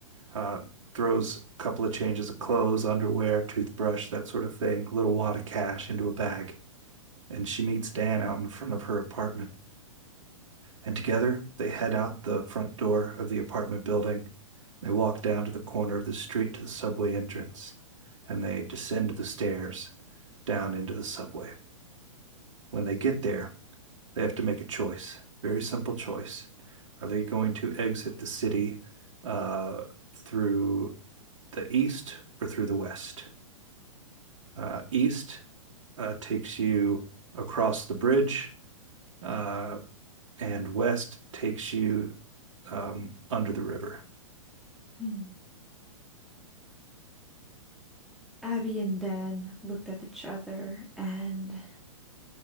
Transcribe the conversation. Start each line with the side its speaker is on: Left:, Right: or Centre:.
Right: uh, throws a couple of changes of clothes, underwear, toothbrush, that sort of thing, a little wad of cash into a bag. And she meets Dan out in front of her apartment. And together they head out the front door of the apartment building. They walk down to the corner of the street to the subway entrance and they descend the stairs down into the subway. When they get there, they have to make a choice, very simple choice. Are they going to exit the city uh, through the east or through the west? uh, east uh, takes you across the bridge, uh, and west takes you um, under the river.
Centre: Hmm. Abby and Dan looked at each other and